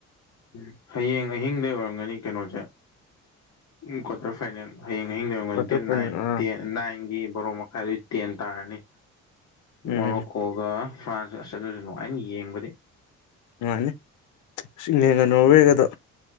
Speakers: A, on the left (about 60°); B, on the left (about 85°).
A: ꯎꯝ ꯍꯌꯦꯡ ꯑꯍꯤꯡꯗꯩ ꯑꯣꯏꯔꯝꯒꯅꯤ ꯀꯩꯅꯣꯖꯦ ꯎꯝ ꯀ꯭ꯋꯥꯇꯔ ꯐꯥꯏꯅꯦꯜ ꯍꯌꯦꯡ ꯑꯍꯤꯡꯗꯩ ꯑꯣꯏꯔꯝꯒꯅꯤ
B: ꯀ꯭ꯋꯥꯇꯔ
A: ꯗꯦꯠ
B: ꯐꯥꯏꯅꯦꯜ
A: ꯅꯥꯏꯟ
B: ꯑꯥ
A: ꯇꯦꯟ ꯅꯥꯏꯟ ꯒꯤ ꯕꯥꯔꯣ ꯃꯈꯥꯏꯗꯨꯗꯤ ꯇꯦꯟ ꯇꯥꯔꯅꯤ
B: ꯎꯝ
A: ꯃꯣꯔꯣꯛ ꯀꯣꯒ ꯐ꯭ꯔꯥꯟꯁ ꯑꯁ ꯑꯗꯨꯁꯨ ꯅꯨꯡꯉꯥꯏꯅꯤ ꯌꯦꯡꯕꯗꯤ
B: ꯅꯨꯡꯉꯥꯏꯅꯤ ꯏꯁ ꯏꯪꯂꯦꯟꯒ ꯅꯣꯔꯋꯦꯒꯗꯣ